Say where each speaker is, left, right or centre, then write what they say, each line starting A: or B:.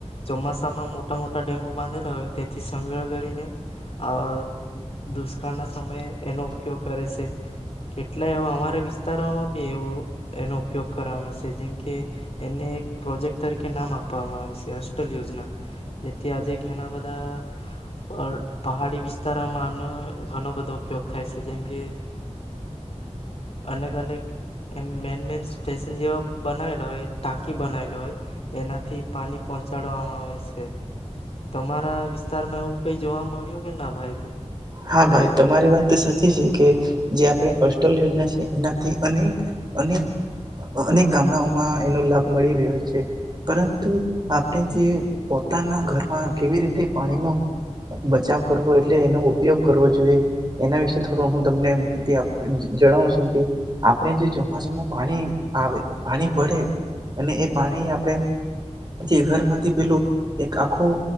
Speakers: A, on the left; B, on the right.
A: ચોમાસામાં મોટ ટા મોટા ડેમો બાંધેલા હોય તેથી સંગ્રહ કરીને આઅ દુષ્કાળના સમયે એનો ઉપયોગ કરે સે, કેટલાય એવા અમારા વિસ્તારોમાં બી એવો એનો ઉપયોગ કરવામાં સે, જેમ કે એમને એક પ્રોજેક્ટ તરીકે નામ આપવામાં આવે સે, હોસ્ટેલ યોજના જેથી આજે ઘના બધા પહ પહાડી વિસ્તારોમાં આનો ધનો બધો ઉપયોગ થાય સે, જેમ કે અનેક અનેક એમ મેન મેન સ્ટેશન જેવા બનાવેલા હોય ટાંકી બનાવેલી હોય, એનાથી પાની પહોંચાડવામાં આવે સે. તમારા વિસ્તારમાં એવું કઈ જોવા મળ્યું કે ના ભાઈ
B: હા, ભાઈ તમારી વાત સાચી છે, કે જે આપણી અસ્ટલ યોજના સે એનાથી અનેક અનેક અનેક ગામડાઓમાં એનો લાભ મળી રહ્યો છે, પરંતુ આપડે જે પોતાના ઘરમાં કેવી રીતે પાણીનો બચાવ કરવો એટલે એનો ઉપયોગ કરવો જોઈએ. એના વિશે થોડું હું તમને માહિતી આપું જ જણાવું શું કે આપણે જે ચોમાસામાં પાણી આવે પાણી પડે અને એ પાણી આપણે જે ઘરમાંથી પેલું એક આખું